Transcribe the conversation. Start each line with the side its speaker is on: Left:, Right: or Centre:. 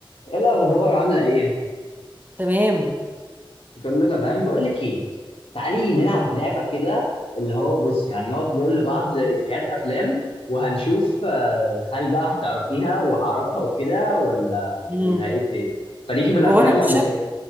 Left: ايه الاخبار عامله ايه
Right: تمام
Left: كله تمام بقول لك ايه تعالي نلعب لعبه كده اللي هو بص يعني نقعد نقول لبعض افيهات افلام وهنشوف آه، هل بقى هتعرفيها وهعرفها وكده ولا
Right: امم
Left: ولا ايه الدنيا فليكي في الافلام
Right: هو انا مش
Left: ولا
Right: شاط...
Left: ايه